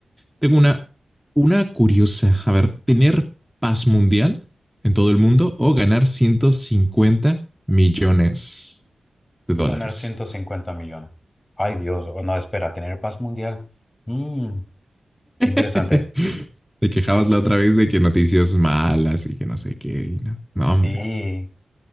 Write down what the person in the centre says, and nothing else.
Tengo una, una curiosa. A ver, ¿tener paz mundial en todo el mundo o ganar ciento cincuenta millones
de dólares?
<laughs>
Te quejabas la otra vez de que noticias malas y que no sé qué. y no, no,
hombre.